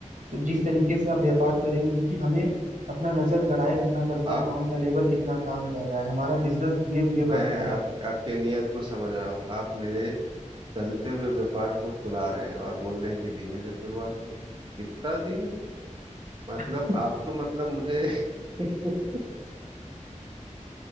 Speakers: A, on the right; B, on the right.
A: तो जिस तरीके से आप व्यापार करेंगे क्योंकि हमें अपना नजर गड़ाए रखना पड़ता
B: आप
A: है कौन सा लेबर कितना काम कर रहा है हमारा बिजनेस धीरे धीरे
B: मैं
A: बढ़ता
B: आप
A: है
B: आपके नियत को समझ रहा हूँ आप मेरे चलते हुए व्यापार को सुला रहे हैं और बोल रहे हैं कि धीमे से शुरुआत हो इतना धीमे मतलब
A: <laughs>
B: आप तो मतलब मुझे <laughs>